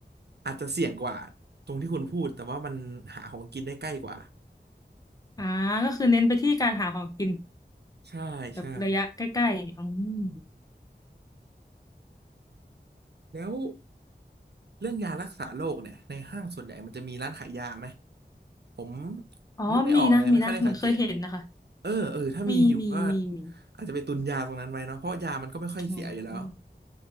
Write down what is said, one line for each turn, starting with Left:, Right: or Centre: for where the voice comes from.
Right: อาจจะเสี่ยงกว่าตรงที่คุณพูดแต่ว่ามันหาของกินได้ใกล้กว่า
Left: อ่าก็คือเน้นไปที่การหาของกิน
Right: ใช่ใช่
Left: แบบระยะใกล้ๆอืม
Right: แล้วเรื่องยารักษาโรคเนี่ยในห้างส่วนใหญ่ มันจะมีร้านขายยาไหมผม
Left: อ๋อมีนะ
Right: นึกไม่ออกเลยไม่ค่อยได้สังเกต
Left: มีนะ เหมือนเคยเห็นนะคะ
Right: เออเออถ้ามีอยู่ก็
Left: มีมีมีมี
Right: อาจจะไปตุนยาตรงนั้นไว้เนาะเพราะยามันก็ไม่ค่อยเสียอยู่แล้ว
Left: อ๋ออืม